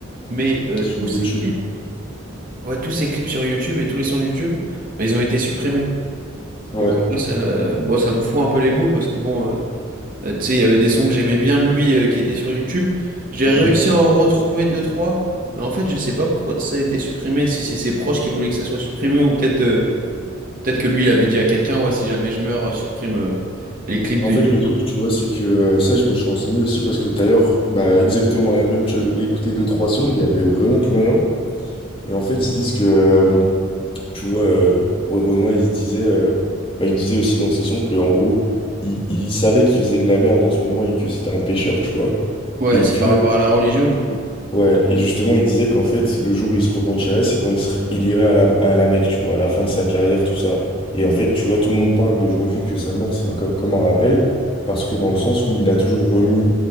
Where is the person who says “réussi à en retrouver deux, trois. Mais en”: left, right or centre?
Right